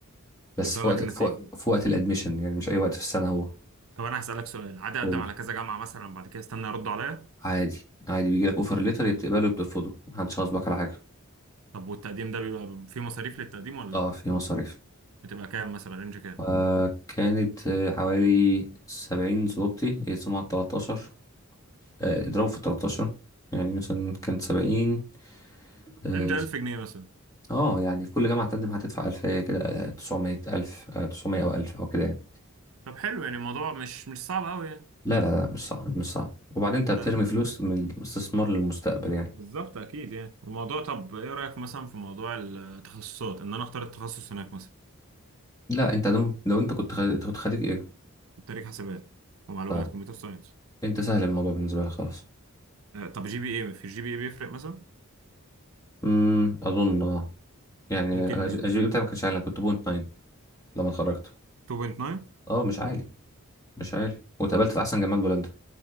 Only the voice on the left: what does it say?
بس
في وقت
في وقت, في وقت الادميشن يعني مش اي وقت في السنه هو
قول
عادي عادي بيجي لك اوفر ليتر بتقبله وبترفضه محدش غصبك على حاجه
اه
في مصاريف
وكانت آه، حوالي سبعين زلوتي يقسموا على تلاتاشر آه، اضربوا في التلاتاشر يعني مثلا كانت سبعين اه
آه، يعني في كل جامعة تقدم هتدفع ألفاية كده آه، تسعمية ألف آه، تسعمية أو ألف أو كده يعني
لا لا لا مش صعب مش صعب وبعدين أنت بترمي
فلوس من الاستثمار للمستقبل يعني
لا أنت دم- لو أنت كنت خارج أنت كنت خارج إيه؟
طيب
أنت سهل الموضوع بالنسبة لك خلاص
أمم، أظن أه يعني
أنا أجيب بتاعي ما كانش عالي أنا كنت بوينت ناين لما اتخرجت
أه مش عالي مش عارف واتقابلت في احسن جامعه بولندا